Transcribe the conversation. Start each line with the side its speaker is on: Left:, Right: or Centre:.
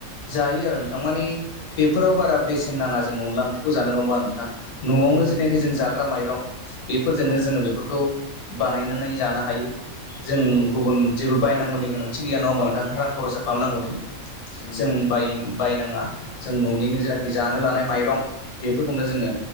Left: जायो आरो नोंथां मानि बेफोराव बारा बेसेन नाङा जोङो अनला ओंख्रिखौ जानो नंङा होनबा नोंथां न'आवनो
Right: नंगौ नंगौ
Left: जिनाखि जों जाग्रा माइरं बेफोरजोंनो
Right: औ
Left: जोङो बेफोरखौ बानायनानै जानो हायो जों
Right: औ
Left: गुबुन जेबो बायनांगौनि गोनांथि गैया नङा होमबा नोंथां रां खरसा
Right: नंगौ
Left: खालामनांगौनि
Right: नंगौ नंगौ
Left: जों बाय‌ बायनाङा जों न'निनो जेनाखि जानो लानाय माइरं बेफोरखौनो जोङो